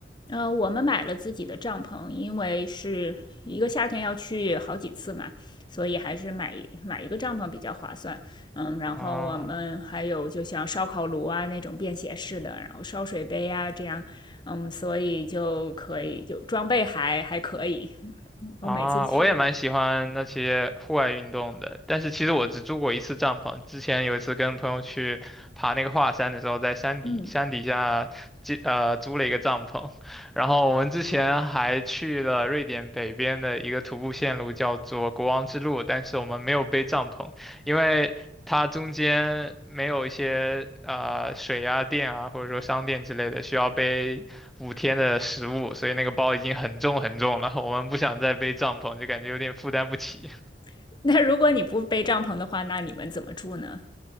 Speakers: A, on the left; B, in the centre.
A: 嗯，我们买了自己的帐篷，因为是一个夏天要去好几次嘛，所以还是买买一个帐篷比较划算。嗯，然后我们还有就像烧烤炉啊那种便携式的，
B: 啊，
A: 然后烧水杯啊这样，嗯，所以就可以就装备还还可以。
B: 啊，
A: 我每次去，
B: 我也蛮喜欢那些户外运动的，但是其实我只住过一次帐篷。之前有一次跟朋友去爬那个华山的时候，在山底山底下借呃租了一个帐篷，
A: 嗯，
B: 然后我们之前还去了瑞典北边的一个徒步线路，叫做国王之路，但是我们没有背帐篷，因为它中间没有一些呃水啊、电啊，或者说商店之类的需要背五天的食物，所以那个包已经很重很重了。<laughs> 我们不想再背帐篷，就感觉有点负担不起。
A: <laughs> 那如果你不背帐篷的话，那你们怎么住呢？